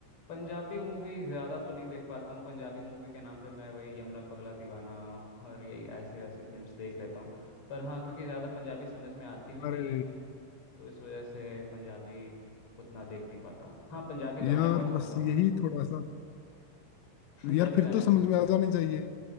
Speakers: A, on the left; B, on the left.
A: पंजाबी मूवी ज़्यादा तो नहीं देख पाता हूँ पंजाबी मूवी के नाम पे मैं वही यमला पगला दीवाना और यही ऐसे वैसी फिल्म्स देख लेता हूँ पर हाँ क्योंकि ज़्यादा पंजाबी समझ में आती भी नहीं
B: अरे
A: है तो इस वजह से पंजाबी उतना देख नहीं पाता हूँ हाँ पंजाबी
B: यार
A: गाने बहुत सुनता
B: बस
A: हूँ
B: यही थोड़ा सा
A: <laughs> पंजाबी
B: यार फिर
A: गाने
B: तो
A: बहुत
B: समझ
A: सुनता
B: में आ
A: हूँ
B: जानी चाहिए